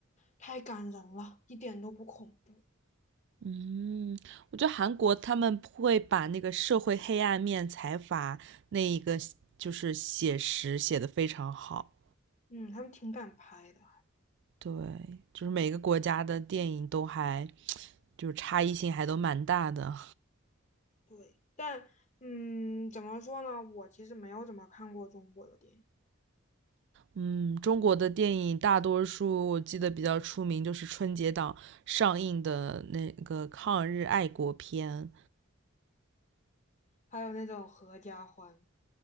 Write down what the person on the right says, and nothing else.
嗯，我觉得韩国他们会把那个社会黑暗面、财阀那一个就是写实写的非常好。
对，就是每个国家的电影都还就是差异性还都蛮大的。
嗯，中国的电影大多数我记得比较出名就是春节档上映的那个抗日爱国片。